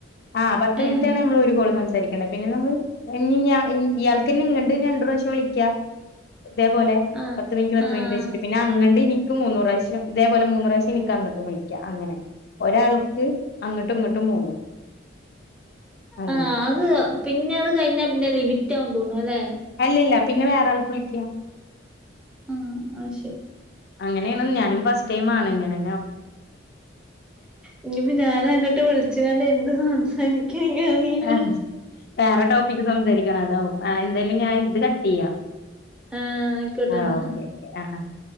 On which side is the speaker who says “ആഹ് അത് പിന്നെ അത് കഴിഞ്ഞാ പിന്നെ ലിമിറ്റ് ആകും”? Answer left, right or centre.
Centre